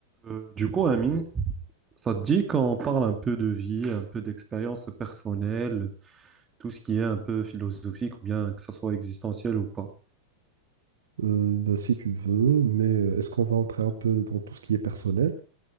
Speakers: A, on the right; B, on the right.
A: Euh, du coup, Amine, ça te dit qu'on parle un peu de vie, un peu d'expérience personnelle, tout ce qui est un peu philosophique ou bien que ça soit existentiel ou pas?
B: Euh, ben, si tu veux, mais euh, est-ce qu'on va entrer un peu dans tout ce qui est personnel?